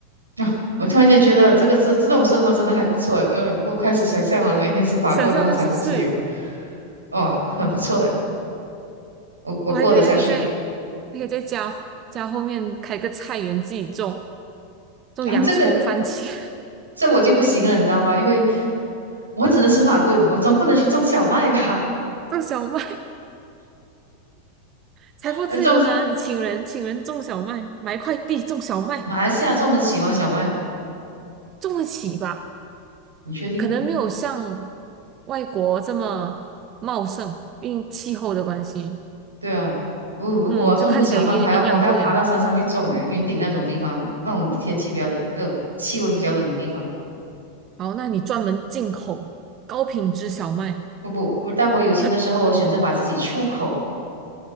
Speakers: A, on the right (about 80°); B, on the right (about 30°).
A: 啊，我突然间觉得这个是这种生活真的还不错哎，哎我开始想象了，每天吃法棍，
B: 想象一下是不是？
A: 然后财富自由，哇，很不错哎，我我过得下去。
B: 我还可以，还可以在，还可以在家家后面开个菜园，自己种种洋葱、
A: 啊，这个
B: 番茄，
A: 这我就不行了，你知道吗？因为我只能吃法棍，我总不能去种小麦吧？
B: <laughs> 种小麦，财富自由啦！
A: <laughs> 呃，种
B: 你请人请人种小麦，买一块地种小麦，
A: 马来西亚种得起吗？小麦？
B: 种得起吧？
A: 你确定？
B: 可能没有像外国这么茂盛，因为气候的关系，
A: 对啊，我如果要种个小麦，
B: 嗯，就看起来有点营养不良。
A: 还要我还要爬到山上去种，诶，云顶那种地方，那种天气比较冷，那种气温比较冷的地方。
B: 然好，那你专门进口高品质小麦，
A: 不不，我待会有钱的时候，
B: 呃
A: 我选择把自己出口